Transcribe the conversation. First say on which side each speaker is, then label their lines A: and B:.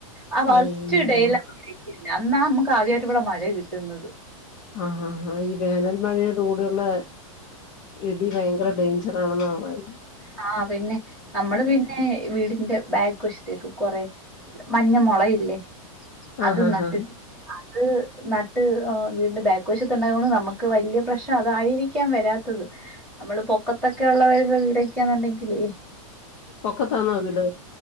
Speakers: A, in the centre; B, on the left.
A: ആ ഫസ്റ്റ്
B: അയ്യോ
A: ഡേയിലാ <unintelligible> അന്നാ നമുക്ക് ആദ്യായിട്ട് ഇവിടെ മഴ കിട്ടുന്നത്
B: ആഹ് ആഹ് ഈ വേനൽ മഴയുടെ കൂടെയുള്ള ഇടി ഭയങ്കര ഡേഞ്ചർ ആണെന്നാ പറയുന്നെ
A: ഹാ പിന്നെ നമ്മള് പിന്നെ വീടിന്റെ ബാക്ക് വശത്തേക്ക് കൊറെ മഞ്ഞ മുളയില്ലേ അത്
B: ആഹ് ആഹ്
A: നട്ട്ട്ട്
B: ആഹ്
A: അത് നട്ട് ആ വീടിന്റെ ബേക്ക് വശത്ത് ഉണ്ടായൊണ്ട് നമുക്ക് വലിയ പ്രശ്നം അതായിരിക്കാം വരാത്തത് നമ്മള് പൊക്കത്ത് ത്തൊക്കെ ഉള്ളവരുടെ വീടൊക്കെയാ ന്നുണ്ടെങ്കിലെ
B: പൊക്കത്താന്നോ വീട്